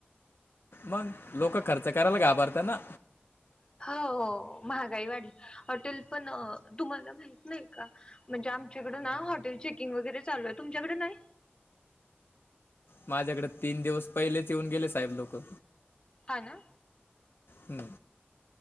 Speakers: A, on the left; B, on the left.
A: मग लोक खर्च करायला घाबरतात ना.
B: हो हो हो महागाई वाढली हॉटेल पण तुम्हाला माहित नाही का म्हणजे आमच्याकडं ना, हॉटेल चेकिंग वगैरे चालू आहे. तुमच्याकडे नाही?
A: माझ्याकडे तीन दिवस पहिलेच येऊन गेले, साहेब लोकं.
B: हा ना.
A: हम्म.